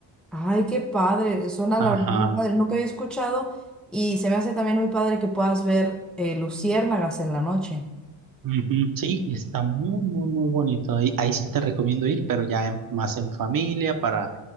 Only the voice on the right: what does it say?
Ajá.
ujú, Sí, y está muy, muy, muy bonito. Ahí, ahí sí te recomiendo ir, pero ya en- más en familia, para